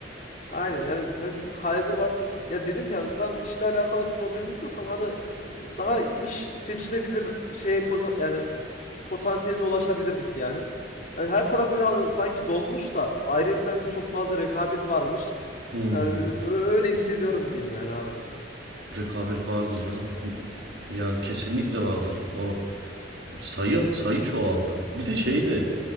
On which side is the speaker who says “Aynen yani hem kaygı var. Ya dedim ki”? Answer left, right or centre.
Left